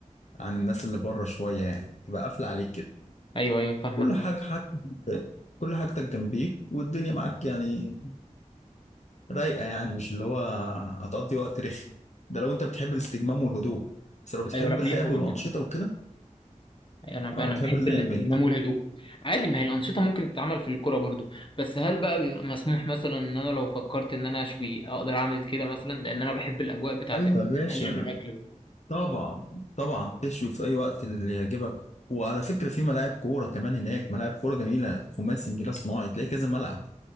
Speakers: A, on the left (about 60°); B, on the left (about 40°).
A: عن الناس اللي بره شوية يعني تبقى قافلة عليك كده
B: أيوه أيوه فاهمك
A: كل حاجة حاجتك كل حاجتك جنبيك والدنيا معاك يعني رايقة يعني مش اللي هو هتقضي وقت رخي ده لو انت بتحب الاستجمام والهدوء بس لو بتحب
B: أيوه لا
A: اللعب
B: بحبه
A: والأنشطة
B: جدا
A: وكده
B: يعني انا بقى
A: اه
B: انا
A: بتحب
B: بحب
A: اللعب
B: الاستجمام
A: انت
B: والهدوء عادي ما هي الانشطه ممكن تتعمل في الكوره برضو بس هل بقى بيبقى مسموح مثلا ان انا لو فكرت ان انا اشوي اقدر اعمل كده مثلا لان انا بحب الاجواء بتاعت
A: ايوه
B: ان
A: يا باشا
B: احنا نشوي اكل
A: طبعا طبعا تشوي في اي وقت اللي يعجبك وعلى فكرة في ملاعب كورة كمان هناك ملاعب كورة جميلة خماسي نجيلة صناعي تلاقي كذا ملعب